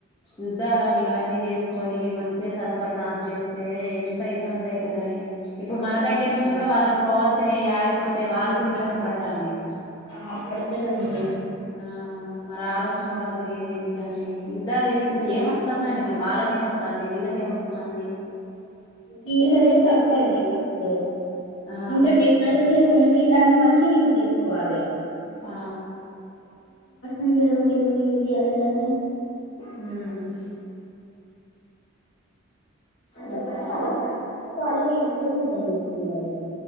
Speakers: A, on the left; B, on the left.
A: యుద్ధాలని ఇవన్నీ చేసుకొని వచ్చే సరఫరా ఆఫ్ చేస్తే ఎంత ఇబ్బంది అయితది అని ఇప్పుడు మన దగ్గర
B: అవునండి
A: నుంచి కూడా వాళ్ళకి పోవల్సినవి ఆగిపోతే అయితే వాళ్ళు కూడా ఇబ్బంది పడరా అండి.
B: ఆ పడతారండి
A: ఆ మరి ఆలోచన వాళ్ళకు లేదే ఏంటండి. యుద్ధాలు చేసుకుంటే ఏమ్ వస్తందండి. మరి వాళ్ళకేమొస్తుంది వీళ్ళకేమ్ వస్తంది.
B: వీళ్ళదే తప్పండి ఫస్ట్
A: ఆ
B: ఇంత టెక్నాలజీ ఉం దాన్ని మంచిగ యూజ్ చేసుకోవాలె
A: ఆ
B: ఇంకేదన్ ఎందు చూపియ్యాలె దాన్ని
A: ఉమ్
B: అందుకని
A: ఇంకా
B: వాళ్ళకి నచ్చక వాళ్ళు వీళ్ళు ఏం యుద్దం చేస్తున్నారు